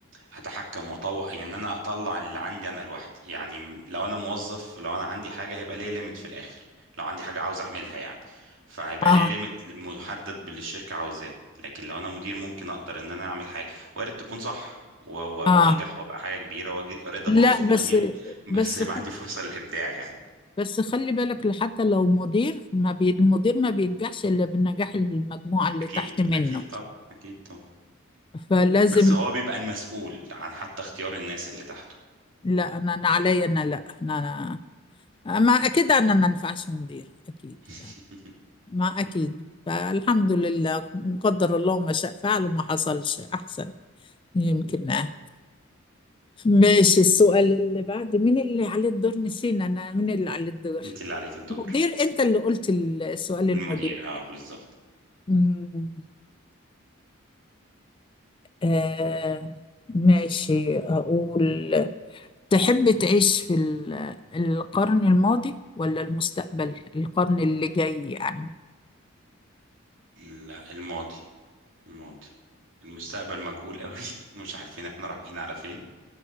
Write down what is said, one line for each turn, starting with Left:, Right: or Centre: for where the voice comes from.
Right: اتحكم واطور يعني ان انا اطلع اللي عندي انا لوحدي يعني لو انا موظف لو انا عندي حاجه هيبقى ليا ليميت في الاخر لو عندي حاجه عاوز اعملها يعني فهيبقى
Left: اه
Right: ليا ليميت محدد باللي الشركه عاوزاه لكن لو انا مدير ممكن اقدر ان انا اعمل حاجه وارد تكون صح و- و-
Left: اه
Right: وانجح وابقى حاجه كبيره واجي- وارد
Left: لا
Right: ابوظ الدنيا
Left: بس بس
Right: بس يبقى عندي فرصة للإبداع يعني
Left: بس خلي بالك حتى لو مدير ما بي... المدير ما بينجحش إلا بالنجاح المجموعة اللي
Right: أكيد
Left: تحت منه
Right: أكيد طبعا أكيد طبعا
Left: فلازم
Right: بس هو بيبقى المسؤول عن حتى اختيار الناس اللي تحته
Left: لا أنا أنا عليا أنا لا أنا أنا ما أكيد أنا ما ينفعش مدير أكيد
Right: <laughs>
Left: يعني ما أكيد فالحمد لله قدر الله ما شاء فعل وما حصلش أحسن يمكن آه. ماشي السؤال اللي بعد مين اللي عليه الدور نسينا أنا مين اللي عليه الدور
Right: أنت اللي عليك الدور
Left: مدير أنت اللي قلت السؤال المدير
Right: المدير أه بالظبط
Left: مم. آه ماشي أقول تحب تعيش في ال- القرن الماضي ولا المستقبل القرن اللي جاي يعني
Right: لا الماضي الماضي المستقبل مجهول قوي <laughs> مش عارفين احنا رايحين على فين